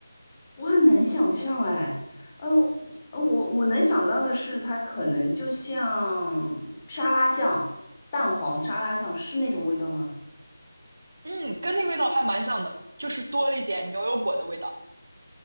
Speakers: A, on the left; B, on the right.
A: 我很难想象哎，呃，呃我我能想到的是，它可能就像沙拉酱、蛋黄沙拉酱是那种味道吗？
B: 嗯，跟那味道还蛮像的，就是多了一点牛油果的味道。